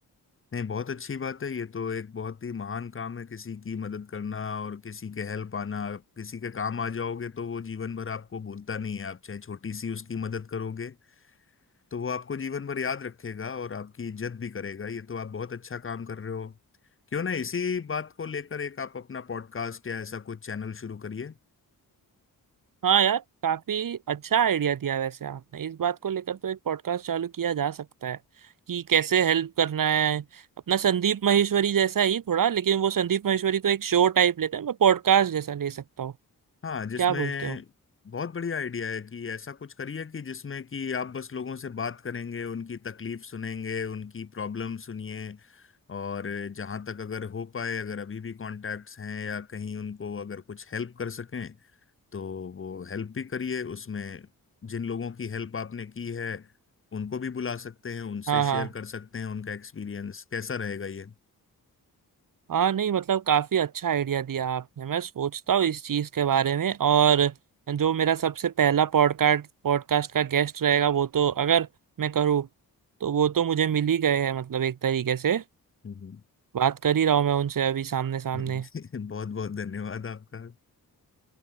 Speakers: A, on the left; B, on the right.
A: नहीं बहुत अच्छी बात है ये तो एक बहुत ही महान काम है किसी की मदद करना और किसी के हेल्प आना आप किसी के काम आ जाओगे तो वो जीवन भर आपको भूलता नहीं है आप चाहे छोटी सी उसकी मदद करोगे तो वो आपको जीवन भर याद रखेगा और आपकी इज्जत भी करेगा ये तो आप बहुत अच्छा काम कर रहे हो क्यों ना इसी बात को लेकर एक आप अपना पॉडकास्ट या ऐसा कुछ चैनल शुरू करिए
B: हाँ यार काफी अच्छा आइडिया दिया वैसे आपने इस बात को लेकर तो एक पॉडकास्ट चालू किया जा सकता है कि कैसे हेल्प करना है अपना संदीप माहेश्वरी जैसा ही थोड़ा लेकिन वो संदीप माहेश्वरी तो एक शो टाइप लेते हैं मैं पॉडकास्ट जैसा ले सकता हूँ
A: हाँ जिसमें
B: क्या बोलते हो
A: बहुत बढ़िया आइडिया है कि ऐसा कुछ करिए कि जिसमें कि आप बस लोगों से बात करेंगे उनकी तकलीफ सुनेंगे उनकी प्रॉब्लम सुनिए और जहाँ तक अगर हो पाए अगर अभी भी कॉन्टैक्ट्स हैं या कहीं उनको अगर कुछ हेल्प कर सकें तो वो हेल्प भी करिए उसमें जिन लोगों की हेल्प आपने की है उनको भी बुला सकते हैं उनसे
B: हाँ
A: शेयर
B: हाँ
A: कर सकते हैं उनका एक्सपीरियंस कैसा रहेगा ये
B: हाँ नहीं मतलब काफी अच्छा आइडिया दिया आपने मैं सोचता हूँ इस चीज के बारे में और जो मेरा सबसे पहला पॉडकास्ट पॉडकास्ट का गेस्ट रहेगा वो तो अगर मैं करूँ तो वो तो मुझे मिल ही गए हैं मतलब एक तरीके से
A: हम्म
B: बात कर ही रहा हूँ मैं उनसे अभी सामने
A: <laughs>
B: सामने
A: बहुत बहुत धन्यवाद आपका